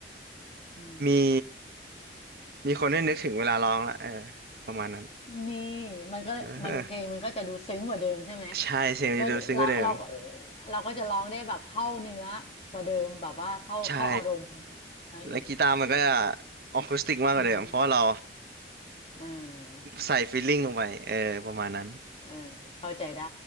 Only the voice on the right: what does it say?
มีมีคนได้นึกถึงเวลาร้องละเออประมาณนั้น
เออใช่เสียงมันจะดูซึ้งกว่าเดิม
ใช่
แล้วกีตาร์มันก็จะออคูสติกมากกว่าเดิมเพราะว่าเรา
ใส่ฟีลลิ่งลงไปเออประมาณนั้น